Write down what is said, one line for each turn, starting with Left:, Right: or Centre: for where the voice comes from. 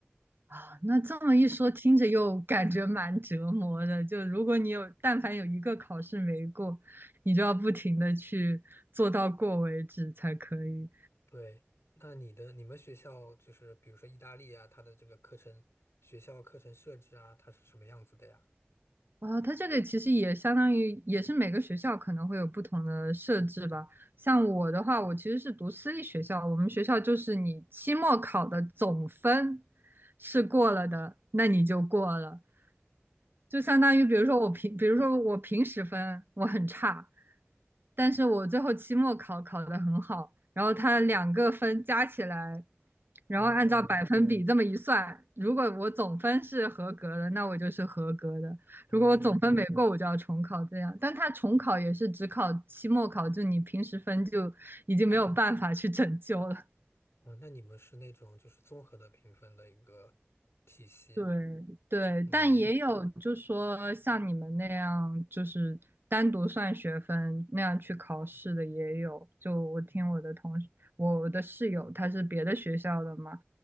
Right: 啊，那这么一说，听着又感觉蛮折磨的。就如果你有，但凡有一个考试没过，你就要不停的去做到过为止才可以。
Left: 对，那你的你们学校就是比如说意大利啊，它的这个课程学校课程设置啊，它是什么样子的呀？
Right: 啊，它这个其实也相当于也是每个学校可能会有不同的设置吧。像我的话，我其实是读私立学校，我们学校就是你期末考的总分是过了的，那你就过了。就相当于，比如说我平，比如说我平时分我很差，但是我最后期末考考得很好，然后它两个分加起来，然后按照百分比这么一算，
Left: 哦
Right: 如果我总分是合格的，那我就是合格的；
Left: 哦，
Right: 如果我总分没过，我就要重考这样。但他重考也是只考期末考，就你平时分就已经没有办法去拯救了。
Left: 啊，那你们是那种就是综合的评分的一个体系，
Right: 对对，
Left: 嗯
Right: 但也有就说像你们那样，就是单独算学分那样去考试的也有。就我听我的同事，我的室友他是别的学校的嘛，